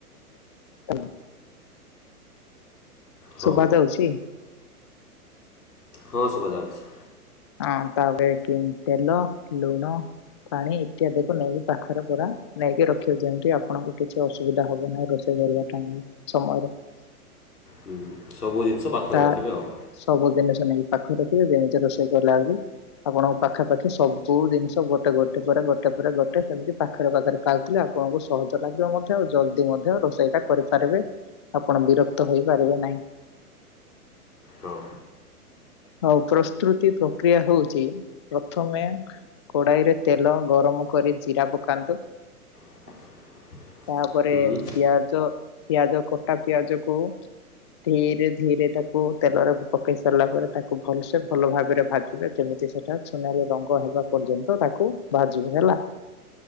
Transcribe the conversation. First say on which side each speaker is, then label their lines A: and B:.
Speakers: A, on the left; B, on the left.
A: <unintelligible>
B: ହଉ
A: ସୁଭା ଯାଉଚି?
B: ହଁ ଶୁଭା ଯାଉଛି।
A: ହଁ ତାପରେ କି ତେଲ ଲୁଣ ପାଣି ଇତ୍ୟାଦିକୁୁ ନେଇକି ପାଖରେ ପୁରା ନେଇକି ରଖିବେ ଯେମିତି ଆପଣଙ୍କୁ କିଛି ଅସୁବିଧା ହବ ନାହିଁ ରୋଷେଇ। କରିବା ଟାଇମରେ ସମୟରେ
B: ହୁଁ। ସବୁ ଜିନିଷ ପାଖରେ
A: ତା
B: ରଖିବେ ଆଉ
A: ସବୁ ଜିନଷ ନେଇ ପାଖରେ ରଖିବେ ଯେମିତି ରୋଷେଇ କରଲେ ବେଳକୁ ଆପଣଙ୍କ ପାଖାପାଖି ସବୁ ଜିନିଷ ଗୋଟେ ଗୋଟେ ପରେ ଗୋଟେ ପରେ ଗୋଟେ ସେମିତି ପାଖରେ ପାଖରେ ପାଉଥିଲେ ଆଉ ଆପଣଙ୍କୁ ସହଜ ଲାଗିବ ମଧ୍ୟ ଆଉ ଜଲଦି ମଧ୍ୟ ରୋଷେଇ ଟା କରିପାରିବେ। ଆପଣ ବିରକ୍ତ ହେଇପାରିବେ ନାହିଁ।
B: ହଁ।
A: ହଉ ପ୍ରସ୍ତୁତି ପ୍ରକ୍ରିୟା ହଉଚି ପ୍ରଥମେ କୋଡାଇରେ ତେଲ ଗରମ କରି ଜିରା ପକାନ୍ତୁ।
B: <inaudible>
A: ତାପରେ
B: ହୁଁ
A: ପିଆଜ। ପିଆଜ କଟା ପିଆଜ କୁ ଧୀରେ ଧିରେ ତାକୁ ତେଲରେ ପକେଇ ସାରିଲା ପରେ ତାକୁ ଭଲସେ ଭଲ ଭାବରେ ଭାଜିବେ, ଯେମିତି ସେଟା ସୁନାରେ ରଙ୍ଗ ହେବା ପର୍ଯ୍ୟନ୍ତ ତାକୁ ଭାଜିବେ। ହେଲା।